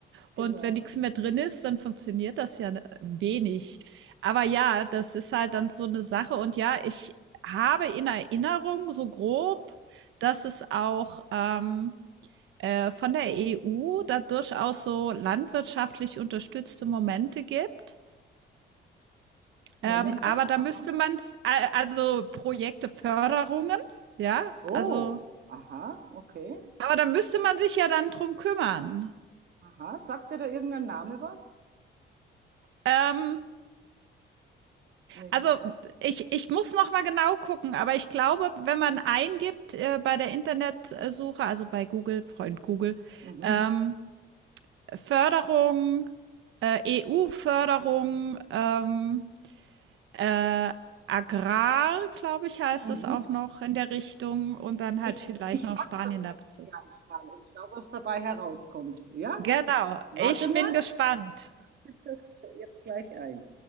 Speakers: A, on the right; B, on the right.
A: Und
B: genau.
A: wenn nichts mehr drin ist, dann funktioniert das ja ne, wenig. Aber ja, das ist halt dann so eine Sache. Und ja, ich habe in Erinnerung so grob, dass es auch ähm, äh, von der EU da durchaus so landwirtschaftlich unterstützte Momente gibt. Ähm,
B: Momente?
A: aber da
B: Aha.
A: müsste man, äh, also Projekte, Förderungen, ja,
B: Oh,
A: also,
B: aha, okay.
A: aber da müsste man sich ja dann drum kümmern.
B: Aha. Sagt dir da irgendein Name was?
A: Ähm,
B: Nicht
A: also
B: wirklich.
A: ich, ich muss noch mal genau gucken, aber ich glaube, wenn man eingibt äh, bei der Internetsuche, also bei Google, Freund Google,
B: Mhm,
A: ähm, Förderung, äh, EU-Förderung, ähm, Äh, Agrar, glaube ich, heißt
B: mhm.
A: es auch noch in der Richtung und dann halt
B: Ich,
A: vielleicht
B: ich
A: noch
B: mache
A: Spanien
B: das
A: dazu.
B: jetzt gleich mal und schau, was dabei herauskommt. Ja?
A: Genau,
B: Warte
A: ich
B: mal,
A: bin gespannt.
B: ich tippe das jetzt gleich ein.